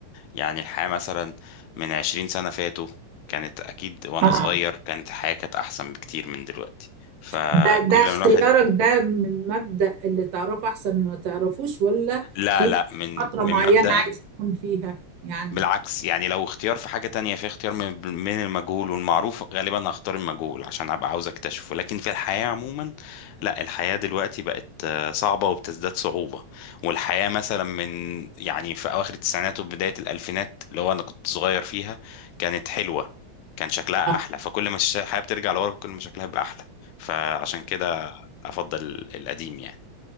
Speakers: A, on the left; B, on the right.
A: يعني الحياة مثلا من عشرين سنة فاتوا كانت أكيد وأنا
B: آه
A: صغير كانت الحياة كانت أحسن بكتير من دلوقتي فكل
B: ده ده اختيارك
A: ما الواحد
B: ده من مبدأ اللي تعرفه أحسن ما تعرفوش ولا
A: لا
B: في
A: لا من
B: فترة
A: من
B: معينة
A: مبدأ
B: عايز تكون فيها يعني
A: بالعكس يعني لو اختيار في حاجة تانية في اختيار من من المجهول والمعروف غالبا هختار المجهول عشان هبقى عاوز اكتشفه لكن في الحياة عموما لا الحياة دلوقتي بقت آه، صعبة وبتزداد صعوبة والحياة مثلا من يعني في أواخر التسعينات وبداية الألفينات اللي هو أنا كنت صغير فيها كانت حلوة كان شكلها
B: آه
A: أحلى فكل ما الش- الحياة بترجع لورا كل ما شكلها بيبقى أحلى فعشان كده أفضل القديم يعني